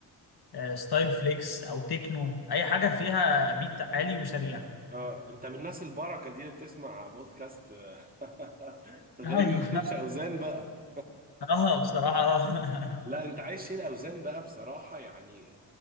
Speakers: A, on the left; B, on the right.
A: آه، ستايل فليكس او تكنو اي حاجه فيها بيت عالي وسريع
B: اه انت من الناس البركه دي اللي بتسمع بودكاست <laughs> تلاقي
A: ايوه
B: بتشيلش اوزان بقى
A: <laughs> اه بصراحه آه.
B: لا انت عايز شيل اوزان بقى بصراحه يعني